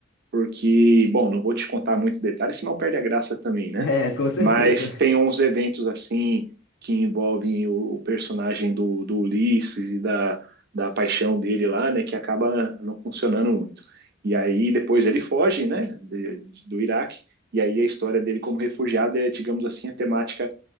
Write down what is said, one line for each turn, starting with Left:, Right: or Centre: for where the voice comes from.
Right: porque, bom, não vou te contar muito detalhe, senão perde a graça também, né?
Left: É, com certeza.
Right: Mas tem uns eventos assim que envolvem o, o personagem do, do Ulisses e da, da paixão dele lá, né? Que acaba não funcionando muito. E aí depois ele foge, né? de- do Iraque. E aí a história dele como refugiado é, digamos assim, a temática